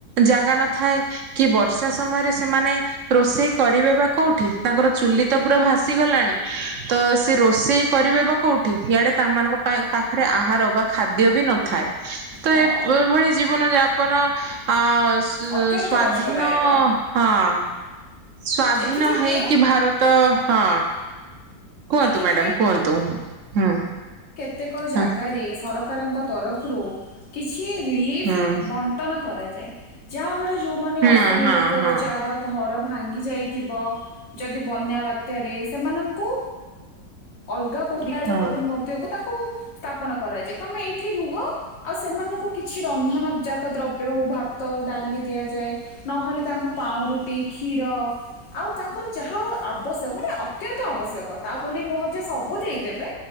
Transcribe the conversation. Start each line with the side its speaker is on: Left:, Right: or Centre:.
Right: ଜାଗା ନଥାଏ କି ବର୍ଷା ସମୟରେ ସେମାନେ ରୋଷେଇ କରିବେ ବା କୋଉଠି ତାଙ୍କର ଚୁଲି ତ ପୁରା ଭାସି ଗଲାଣି ତ ସେ ରୋଷେଇ କରିବେ ବା କୋଉଠି ଇଆଡେ ତାଙ୍କମାନଙ୍କ ପା ପାଖରେ ଆହାର ବା ଖାଦ୍ୟ ବି ନ ଥାଏ। ତ
Left: ହଁ
Right: ଏ ଭଳି ଜୀବନ ଯାପ ଯାପନ ଆଁ। ସ-ସ-ସ୍ଵାଧୀନ
Left: ଅତ୍ୟନ୍ତ କଷ୍ଟଦାୟକ
Right: ହଁ। ସ୍ଵାଧୀନ
Left: ଦେଖିଥିବେ
Right: ହେଇକି ଭାର ତ ହଁ। କୁହନ୍ତୁ
Left: ଦେଖିଥିବେ
Right: ମ୍ୟାଡାମ କୁହନ୍ତୁ ହୁଁ
Left: ପ୍ରତ୍ୟେକ ଜାଗାରେ
Right: ହଁ
Left: ସରକାରଙ୍କ ତରଫରୁ କିଛି କି ରିଲିଫ୍
Right: ହୁଁ
Left: ବଣ୍ଟନ କରାଯାଛି ଯାହା ଯେତେବେଳେ ଯଉମାନେ
Right: ହଁ
Left: ଅସହାୟ
Right: ହଁ
Left: ଲୋକ
Right: ହଁ
Left: ଯାହାର ଘର ଭାଙ୍ଗି ଯାଇ ଥିବ ଯଦି ବନ୍ୟା ବାତ୍ୟାରେ ସେମାନଙ୍କୁ ଅଲଗା କଳେ
Right: ହଁ।
Left: କ ମ ହବ ତାଙ୍କୁ ସ୍ଥାପନ କରାଯାଏ ତମେ ଏଇଠି ରୁହ ଆଉ ସେମାନଙ୍କୁ କିଛି ରନ୍ଧନ ଜାତ ଦ୍ରବ୍ୟ ହଉ ଭାତ ଡାଲି ଦିଆଯାଏ ନହେଲେ ତାଙ୍କୁ ପାଉଁରୁଟି କ୍ଷୀର ଆଉ ତାଙ୍କର ଯାହା ଆବଶ୍ୟକ ମାନେ ଅତ୍ୟନ୍ତ ଆବଶ୍ୟକ ତା ବୋଲି ନୁହଁ ଯେ ସବୁ ଦେଇଦେବେ